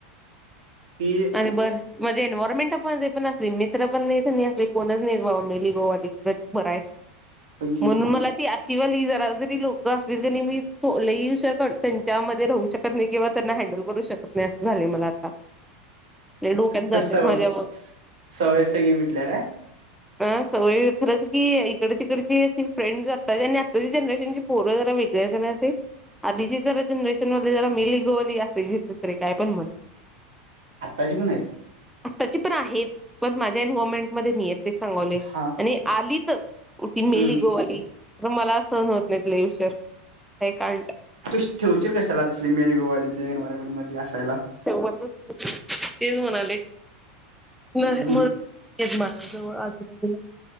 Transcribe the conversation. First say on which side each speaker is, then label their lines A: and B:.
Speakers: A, on the right; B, in the centre.
A: ती
B: अरे बरं म्हणजे एन्वयरमेंट पण ते पण असली मित्र पण नाही असले कोणच नाही बा मली गवा अलीिकडेच बर आहे
A: ओके
B: म्हणून मला ती शिवाय लि जरा जरी लोक असतील तरी मी लहीुर त्यांच्या मध्ये राहू शकते नाही किंवा त्यांना हँडल करू शकत नाही असं झाले मला आता लई डोक्यात
A: त
B: जातात
A: सवय
B: माझ्या मग
A: सवय सगी भटल्या काय
B: अ सवय खरंच की इकडे तिकडची अ फ्रेंड आता आणि आताची जनरेशनची पूर् जरा वेगळ कर ना ते आधीची जरा जनरेशन मधले जरा मिली गोवली असते ज दुसरे काय पण म्हण
A: आत्ताची पण आहेत
B: आत्ताची पण आहेत पण माझ्या एन मोमेंट मध्ये नाहीय आहेत तेच सांगवले
A: हा
B: आणि आली तर ती मेली
A: हम्म
B: गोवाली तर मला सहन होत नाही तले इुशर हे काणत
A: त ठेवशील कशाला तसली मेल गोवाली एन्वयमेंटमध्येध्ये असायला
B: शेवट तेच म्हणाले नाही
A: हम्म
B: म्हणून मा आजबाजला